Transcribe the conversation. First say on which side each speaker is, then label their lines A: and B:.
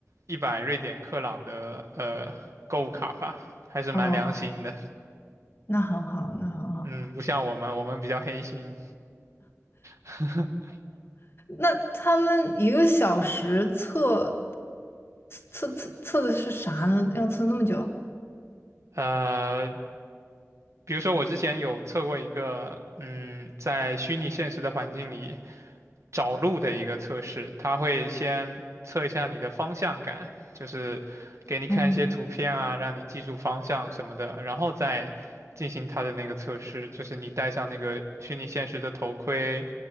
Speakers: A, on the right (about 60°); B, on the left (about 50°).
A: 一百瑞典克朗的呃购物卡吧，还是蛮良心的。
B: 哦，那很好，那很好。
A: 嗯，不像我们，我们比较黑心。<laughs>
B: 那他们一个小时测测测测的是啥呢？要测那么久？
A: 呃，比如说我之前有测过一个，嗯，在虚拟现实的环境里找路的一个测试，它会先测一下你的方向感，就是给你看一些图片啊，
B: 嗯，
A: 让你记住方向什么的，然后再进行它的那个测试，就是你戴上那个虚拟现实的头盔，